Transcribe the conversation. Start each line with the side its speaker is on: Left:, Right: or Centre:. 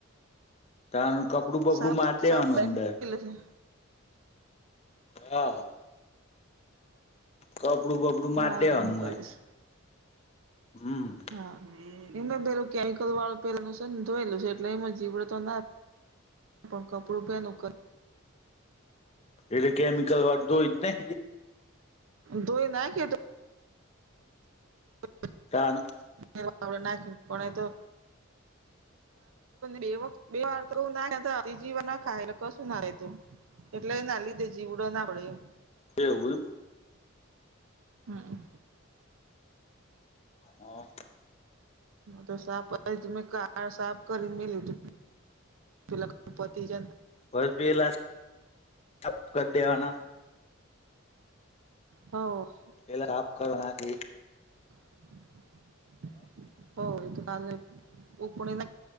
Left: ત્યાં નું. કપડું બપડું
Right: સાપ
Left: મારી
Right: જ
Left: દેવાનું
Right: સાપ કરી
Left: અંદર.
Right: મૂકેલું છે
Left: હા! કપડું બપડું મારી
Right: હા
Left: દેવાનું
Right: એવું
Left: મ.
Right: કરીશ
Left: હમ. !
Right: હા એમે પેલું કેમિકલ વાળું પહેલું છે ને ધોયેલું છે એટલે એમાં જીવડ તો ના પણ કપડું પહેન.
Left: એટલે કેમિકલ વાધું જ ને.
Right: ધોઈ નાખ કે તો <inaudible>
Left: કારણ.
Right: એ આપડ નાખી. પણ એ તો. બે વ બે વાર તો નાખ જીવ ના ખાય એટલે કશું ના રહેે તું એટલે એ ના લીધે જીવડો ના પડે એમ.
Left: કે એવું એમ.
Right: હા.
Left: હા.
Right: તો સા મે કાર સાફ કરી મે લી ત પેલા પતિ જ.
Left: બસ પી એલા. તપ કર દેવાના.
Right: હ.
Left: પેલા આપ કરવા નાખી.
Right: <inaudible> હો એ તો કાલે ઉપણીક